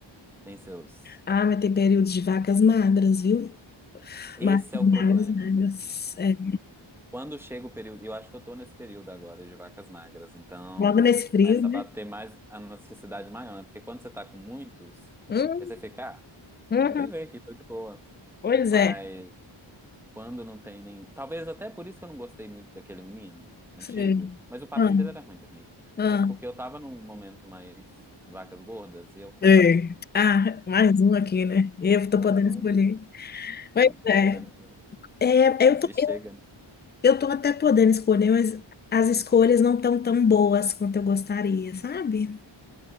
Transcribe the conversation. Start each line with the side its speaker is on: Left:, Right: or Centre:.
Centre: tem seus.
Left: Ah, mas tem períodos de vacas magras, viu?
Centre: Esse
Left: Magras, magras,
Centre: é o problema.
Left: magras. É,
Centre: Quando chega o período, eu acho que eu tô nesse período agora de vacas magras, então
Left: logo nesse frio,
Centre: começa
Left: né?
Centre: a bater mais a necessidade maior, né? Porque quando você tá com muitos,
Left: Hum,
Centre: aí você fica, ah,
Left: uhum.
Centre: vamos viver aqui, tô de boa.
Left: Pois
Centre: Mas
Left: é.
Centre: quando não tem nem. Talvez até por isso que eu não gostei muito daquele menino antigo,
Left: Sei.
Centre: mas o papinho
Left: Ah,
Centre: dele era ruim também.
Left: ah,
Centre: Mas porque eu tava num momento mais vacas gordas e eu falei,
Left: sei.
Centre: ah,
Left: Ah, mais um aqui, né? Eu tô
Centre: mais
Left: podendo
Centre: um
Left: escolher.
Centre: aqui,
Left: Pois é.
Centre: tô podendo comer.
Left: É,
Centre: Mas
Left: eu tô,
Centre: aí chega,
Left: eu,
Centre: né?
Left: eu tô até podendo escolher, mas as escolhas não estão tão tão boas quanto eu gostaria, sabe?